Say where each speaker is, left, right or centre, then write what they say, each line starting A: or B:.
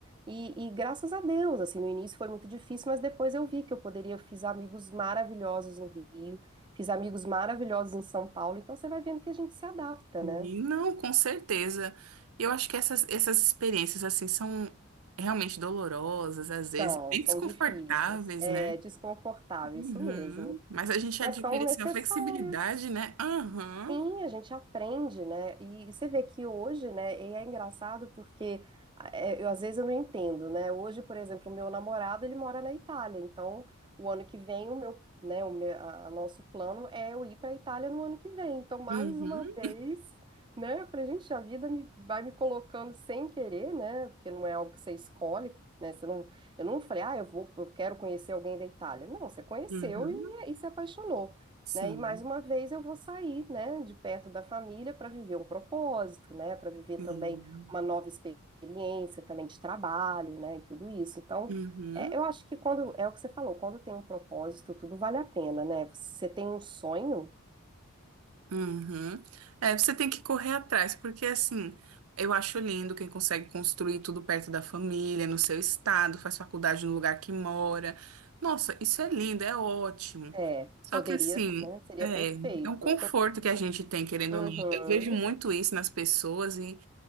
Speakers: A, on the right; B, on the right.
A: E, e graças a Deus, assim, no início foi muito difícil, mas depois eu vi que eu poderia, fiz amigos maravilhosos no Rio, fiz amigos maravilhosos em São Paulo, então você vai vendo que a gente se adapta,
B: E
A: né?
B: não, com certeza. Eu acho que essas, essas experiências, assim, são realmente dolorosas, às vezes,
A: Então,
B: bem
A: são
B: desconfortáveis,
A: difíceis, é
B: né?
A: desconfortável,
B: Uhum.
A: isso mesmo,
B: Mas a gente
A: mas
B: adquire,
A: são necessárias.
B: assim, uma flexibilidade, né? Aham,
A: Sim, a gente aprende, né? E você vê que hoje, né, e é engraçado porque ah, é, eu, às vezes eu não entendo, né? Hoje, por exemplo, o meu namorado, ele mora na Itália, então o ano que vem o meu, né, o meu, a, a nosso plano é eu ir para a Itália no ano que vem. Então, mais
B: uhum,
A: uma vez, né, eu falei, gente, a vida me, vai me colocando sem querer, né? Porque não é algo que você escolhe, né? Você não, eu não falei, ah, eu vou, eu quero conhecer alguém da Itália. Não, você conheceu
B: uhum,
A: e, e se apaixonou
B: Sim,
A: né? E mais uma vez eu vou sair, né, de perto da família para viver um propósito, né, para viver
B: sim.
A: também uma nova experiência também de trabalho, né, e tudo isso. Então,
B: Uhum.
A: é, eu acho que quando é o que você falou, quando tem um propósito, tudo vale a pena, né? Você tem um sonho,
B: Uhum. É, você tem que correr atrás, porque assim, eu acho lindo quem consegue construir tudo perto da família, no seu estado, faz faculdade no lugar que mora. Nossa, isso é lindo, é ótimo.
A: é,
B: Só
A: poderia,
B: que assim,
A: né, seria
B: é,
A: perfeito.
B: é um conforto que a gente tem, querendo
A: Uhum,
B: ou não. Eu vejo muito isso nas pessoas e